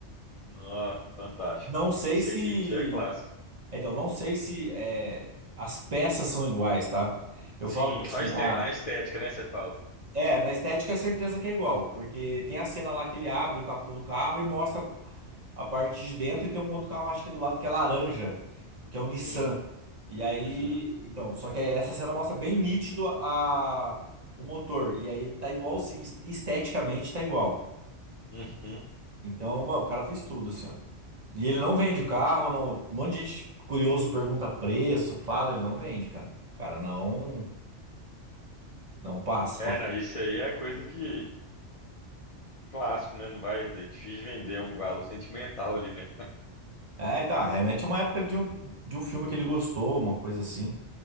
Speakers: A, on the left; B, on the right.
A: Nó, fantástico.
B: Não sei
A: Esse
B: se
A: Eclipse é clássico.
B: Então, não sei se é, as peças são iguais, tá? Eu
A: Sim,
B: falo que assim,
A: só este-
B: a-
A: na estética, né, você fala.
B: é, na estética é certeza que é igual, porque tem a cena lá que ele abre o capô do carro e mostra a parte de dentro e tem um outro carro, acho que é do lado, que é laranja, que é o Nissan.
A: Sim.
B: E aí,
A: Uhum,
B: então, só que aí essa cena mostra bem nítido a, o motor, e aí tá igualzinho, est- esteticamente tá igual.
A: uhum.
B: Então, mano, o cara fez tudo, assim, ó. E ele não vende o carro, não. Um monte de gente curioso pergunta preço, fala, ele não vende, cara. O cara não, não passa
A: É,
B: pra...
A: não, isso aí é coisa que clássico, né? Não vai, é difícil vender um valor sentimental ali, né?
B: É, tá, remete a uma época de um, de um filme que ele gostou, uma coisa assim.